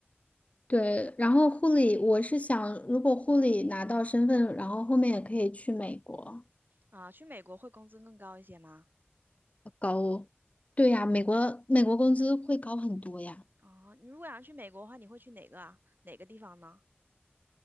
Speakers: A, on the left; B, on the right.
A: 对，然后护理，我是想，如果护理拿到身份，然后后面也可以去美国
B: 啊，去美国会工资更高一些吗？
A: 高，对呀，美国美国工资会高很多呀。
B: 哦，你如果想去美国的话，你会去哪个啊？哪个地方呢？